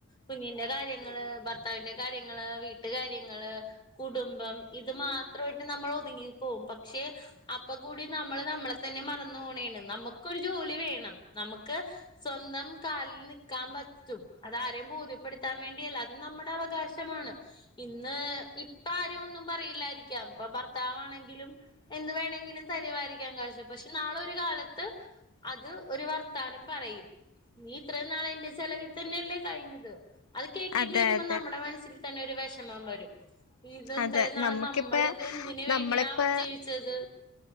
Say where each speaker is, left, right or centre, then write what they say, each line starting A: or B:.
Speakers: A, on the left; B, on the left.
A: കുഞ്ഞിന്റെ കാര്യങ്ങള് ഭർത്താവിന്റെ കാര്യങ്ങള് വീട്ട് കാര്യങ്ങള് കുടുംബം ഇത് മാത്രമായിട്ട് നമ്മൾ ഒതുങ്ങി പോവും പക്ഷെ അപ്പ കൂടി നമ്മള് നമ്മളെ തന്നെ മറന്നു പോണേണ് നമുക്കൊരു ജോലി വേണം നമുക്ക് സ്വന്തം കാലിൽ നിക്കാൻ പറ്റും അതാരെയും ബോധ്യപ്പെടുത്താ ൻ വേണ്ടിയല്ല അത് നമ്മുടെ അവകാശമാണ് ഇന്ന് ഇപ്പ ആരും ഒന്നും പറയില്ലായിരിക്കാം ഇപ്പൊ ഭർത്താവാണെങ്കിലും എന്ത് വേണെങ്കിലും തരുവായിരിക്കാം കാശ് പക്ഷെ നാളെ ഒരു കാലത്ത് അത് ഒരു വർത്താനം പറയും നീ ഇത്രയും നാളെന്റെ ചെലവിൽ തന്നെയല്ലേ കഴിഞ്ഞത് അത് കേൾക്കേണ്ടി
B: അതെ
A: വരുമ്പോ
B: അതെ
A: നമ്മുടെ മനസ്സിൽ തന്നെരു വെഷമം വരും ഇത് ഇത്രയും
B: അതെ
A: നാള്
B: നമുക്കിപ്പ
A: നമ്മള് ഇതെന്തിന് വേണ്ടിയാ
B: നമ്മളിപ്പ
A: ജീവിച്ചത്